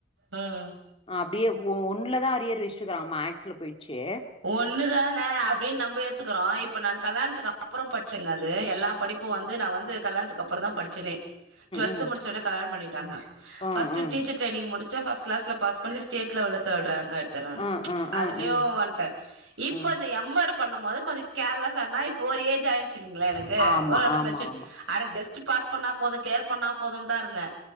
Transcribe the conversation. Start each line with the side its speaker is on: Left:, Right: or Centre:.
Right: ம் ம்
Left: அப்டியே ஓ ஒன்லதா அரியர் வெஸ்டுக்கறா மேக் ஸ்ல போய்ர்ச்சு
Right: ஒன்னு தான அப்டின் நம்ப எத்துக்கறோ இப்ப நான் கல்லாண்த்துக்க ப்பறோ பட்ச்சங்க அது எல்லா படிப்பு
Left: ம்
Right: வந்து நா வந்து கல்யாண்த்துக்கப்பறந்தா படிச்சனே டுவல்த்து
Left: ம்
Right: முடிச்சொன்னே கல்யாணம் பண்ணிட்டாங்க
Left: ஆ
Right: ஃபஸ்ட்டு
Left: ஆ
Right: டீச்சர் ட்ரைனிங் முடிச்சே ஃபஸ்ட் கிளாஸ்ல பாஸ் பண்ணி ஸ்டேட் லெவல்ல தேட் ரேங்க்கா எடுத்த நானு
Left: ஆ ஆ
Right: அதுலியு
Left: ஆ ஆ
Right: வந் ட்டே இப்ப
Left: ஆ
Right: இந்த எம் எடு பண்ணும் போது கொஞ்ச கேர்லெஸ் ஆனா இப்ப ஒரு ஏஜ் ஆய்டுச்சில்லீங்ளா எனக் கு
Left: ஆமா
Right: ஓரளவ்
Left: ஆமா
Right: மெச்சுட்
Left: ஆமா
Right: அட ஜஸ்ட்டு பாஸ் பண்ணா போது கிளியர் பண்ணா போதுன்தா இருந்தே